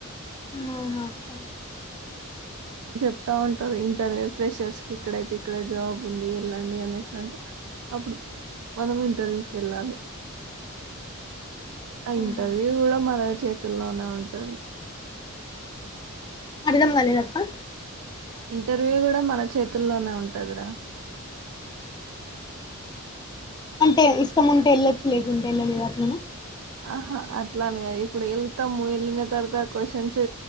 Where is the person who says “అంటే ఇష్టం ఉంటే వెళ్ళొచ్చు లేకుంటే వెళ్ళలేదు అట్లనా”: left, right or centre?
Left